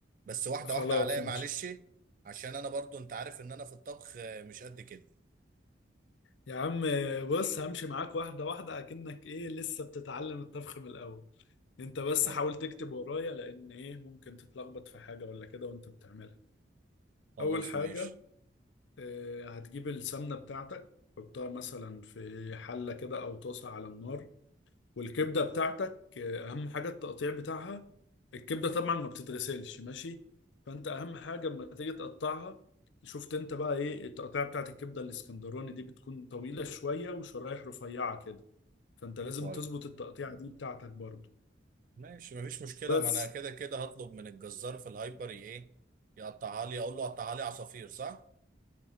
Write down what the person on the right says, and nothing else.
بس واحدة
واحدة عليا
معلش عشان انا برضو انت عارف ان انا في الطبخ آه، مش قد كده
طب
خلاص
ماشي
طيب
ماشي مفيش مشكلة
ما انا كده كده هطلب من الجزار في الهايبر ي- ايه يقطعها لي اقول له قطعها لي عصافير صح؟